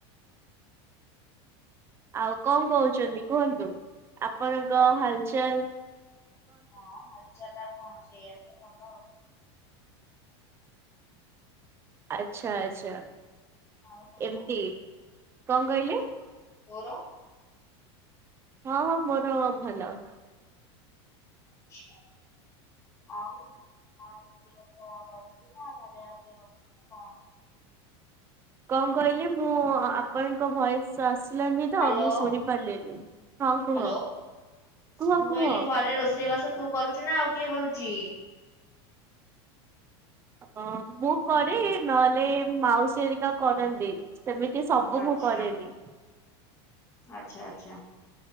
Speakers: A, on the right; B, on the left.
A: ଆଉ କଣ କୋହୁଛନ୍ତି କୁହନ୍ତୁ ଆପଣଙ୍କ ହାଲଚାଲ୍?
B: ହଁ ହାଲଚାଲ୍ ଆଉ କଣ ସେଇଆ ତ ଭଲ।
A: ଆଚ୍ଛା ଆଚ୍ଛା
B: ଆଉ ତୋର
A: ଏମତି କଣ କହି
B: ମୋର <unintelligible>
A: ହଁ ହଁ ମୋର ଭଲ।
B: ଆଛା ଆଉ କଣ? ସ କରୁଛି ନା ଆଉ ଘ ଆଉ ଅଛି ନା କଣ ଅଛି <unintelligible>
A: କଣ କହିଲି ମୁଁ ଆପଣଙ୍କ ଭଏସ୍ ଭଏସ୍ ଆସିଲାନି ତ
B: ହାଲୋ
A: ମୁଁ ଶୁଣି ପାରିଲିନି ହଁ କୁହ
B: ହାଲୋ
A: କୁହ
B: ମୁଁ କହିଲି
A: କୁହ।
B: ଘରେ ରୋଷେଇବାସ ତୁ କରୁଛୁ ନା ଆଉ କିଏ କରୁଛି?
A: ହଁ ମୁଁ କରେ ନହେଲେ ମାଉସୀ ହେରିକା କରନ୍ତି। ସେମିତି ସବୁ
B: ଆଚ୍ଛା
A: ମୁଁ କରେନି।
B: ଆଚ୍ଛା ଆଚ୍ଛା।